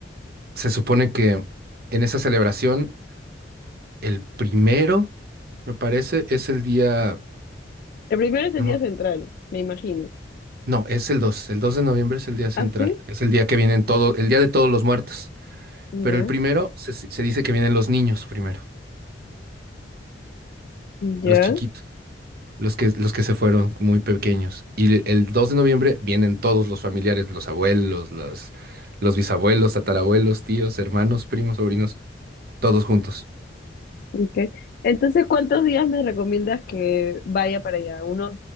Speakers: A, on the right; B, on the left.
A: Se supone que en esa celebración el primero, me parece, es el día,
B: El primero es el
A: no,
B: día
A: me ac-
B: central, me imagino.
A: no, es el dos, el dos de noviembre es el día central,
B: ¿Ah, sí?
A: es el día que vienen todo, el día de todos los muertos.
B: Ya,
A: Pero el primero se se dice que vienen los niños primero,
B: ya.
A: los chiquitos. Los que, los que se fueron muy pequeños. Y el el 2 de noviembre vienen todos los familiares, los abuelos, los, los bisabuelos, tatarabuelos, tíos, hermanos, primos, sobrinos, todos juntos.
B: Okay. Entonces, ¿cuántos días me recomiendas que vaya para allá? ¿Unos